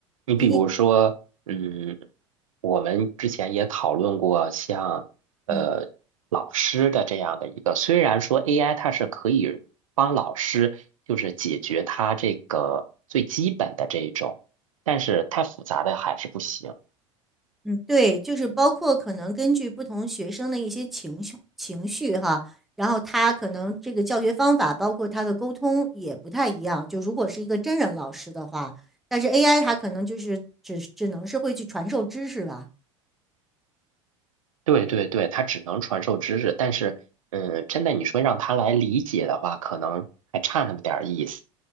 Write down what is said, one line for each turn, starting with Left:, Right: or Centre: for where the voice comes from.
Right: 你比如说，
Centre: 你你
Right: 嗯，
Centre: 嗯
Right: 我们之前也讨论过像，呃老师的这样的一个，
Centre: 嗯。
Right: 虽然说 AI 它是可以帮老师就是解决他这个最基本的这一种，但是太复杂的还是不行。
Centre: 嗯，对，就是包括可能根据不同学生的一些情绪情绪哈，然后他可能这个教学方法，包括他的沟通也不太一样。就如果是一个真人老师的话，但是 AI 它可能就是只只能是会去传授知识吧。
Right: 对对对，它只能传授知识，但是，嗯，真的你说让他来理解的话，可能还差那么点儿意思。